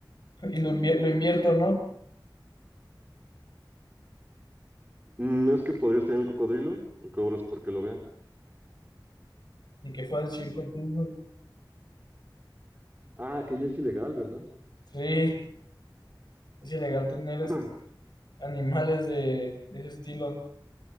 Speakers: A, on the left; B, on the right.
A: Y lo, invie- lo invierto, ¿no?
B: Mm, es que podrías tener el cocodrilo y cobras porque lo vean.
A: Y que fue al circo tú.
B: Ah, que ya es ilegal, ¿verdad?
A: Sí, es ilegal tener
B: <clears throat>
A: este, animales de, de ese estilo.